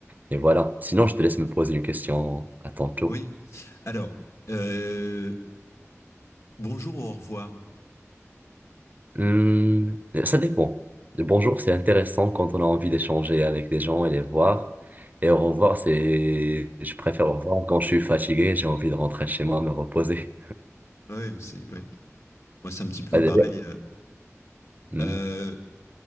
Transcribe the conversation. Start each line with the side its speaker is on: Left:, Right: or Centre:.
Right: Et voilà. Sinon, je te laisse me poser une question à ton tour.
Left: Oui. Alors, euh, bonjour, au revoir.
Right: Hmm, ça dépend. Le bonjour, c'est intéressant quand on a envie d'échanger avec des gens et les voir. Et au revoir, c'est, je préfère au revoir quand je suis fatigué, j'ai envie de rentrer chez moi, me reposer.
Left: Ouais, mais c'est ouais. Moi, c'est un petit peu
Right: Ah, d'ailleurs,
Left: pareil. euh,
Right: hmm.
Left: euh,